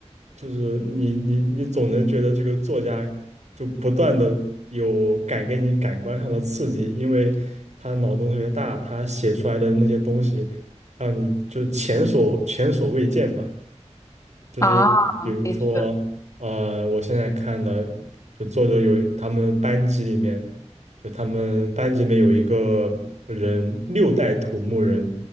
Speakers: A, on the right; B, on the left.
A: 就是你你你总能觉得这个作家就不断的有感给你感官上的刺激，因为他脑洞特别大，他写出来的那些东西让你就是前所前所未见吧。就是比如说，
B: 啊，的确。
A: 呃，我现在看的，就作者有他们班级里面，就他们班级里面有一个人六代土木人，